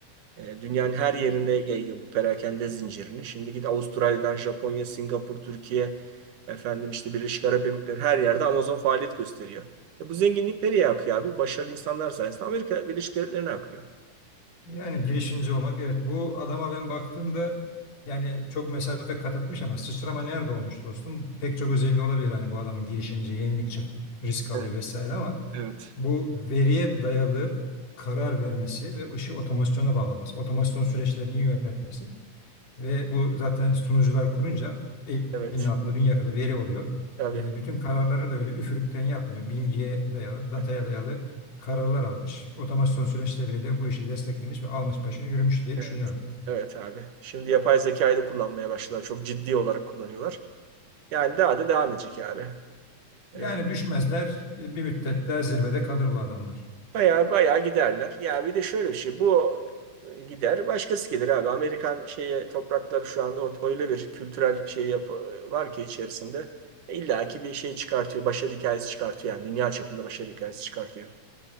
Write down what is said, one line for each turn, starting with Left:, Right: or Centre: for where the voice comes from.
Right: e, dünyanın her yerinde yayıyor bu perakende zincirini. Şimdi git Avustralya'dan Japonya, Singapur, Türkiye, efendim işte Birleşik Arap Emirlikleri her yerde Amazon faaliyet gösteriyor. E, bu zenginlik nereye akıyor abi? Bu başarılı insanlar sayesinde Amerika Birleşik Devletleri'ne akıyor.
Left: Yani girişimci olmak evet bu adama ben baktığımda yani çok mesafe kat etmiş ama sıçrama nerede olmuş dostum? Pek çok özelliği olabilir hani bu adamın girişimci, yenilikçi risk alıyor
Right: Evet.
Left: vesaire ama
Right: Evet.
Left: bu veriye dayalı karar vermesi ve işi otomasyona bağlaması, otomasyon süreçlerini iyi yönetmesi Ve bu zaten sunucular kurunca elinin
Right: Evet.
Left: altında dünya kadar veri oluyor.
Right: Tabii.
Left: E, bütün kararları da öyle üfürükten yapmıyor. Bilgiye dayalı, dataya
Right: Evet.
Left: dayalı kararlar almış. Otomasyon süreçleriyle de bu işi desteklemiş ve almış başını yürümüş diye
Right: Evet,
Left: düşünüyorum.
Right: Evet abi. Şimdi yapay zekayı da kullanmaya başladılar. Çok ciddi olarak kullanıyorlar. Yani daha da devam edecek abi.
Left: Yani
Right: E,
Left: düşmezler e, bir müddet daha zirvede kalır bu adamlar.
Right: Bayağı bayağı giderler. Ya bir de şöyle bir şey. Bu gider, başkası gelir abi. Amerikan şeye toprakları şu anda o- öyle bir kültürel şey yapı var ki içerisinde. E, İlla ki bir şey çıkartıyor. Başarı hikayesi çıkartıyor yani. Dünya çapında başarı hikayesi çıkartıyor.